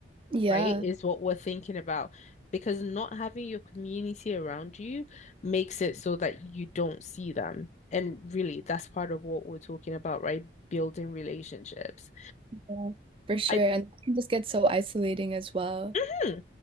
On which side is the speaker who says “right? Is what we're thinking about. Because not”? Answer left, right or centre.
Left